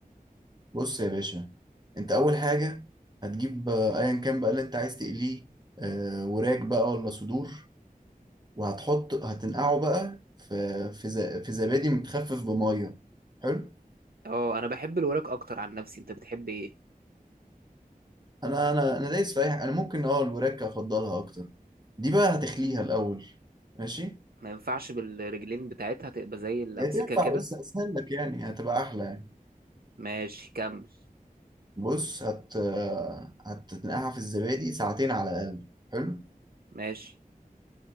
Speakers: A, on the right; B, on the right.
A: بص يا باشا انت اول حاجه هتجيب آه، ايا كان بقى اللي انت عايز تقليه آه، وراك بقى ولا صدور وهتحط هتنقعه بقى في في ز- في زبادي متخفف بميه حلو
B: اه انا بحب الوراك اكتر عن نفسي انت بتحب ايه
A: انا انا انا دايس في اي حاجه انا ممكن اه الوراك افضلها اكتر دي بقى هتخليها الاول ماشي
B: ما ينفعش بالرجلين بتاعتها تبقى زي اللي
A: هي
B: امسكها
A: تنفع
B: كده
A: بس اسهل لك يعني هتبقى احلى يعني
B: ماشي كمل
A: بص هت آه، هتنقعها في الزبادي ساعتين على الاقل حلو
B: ماشي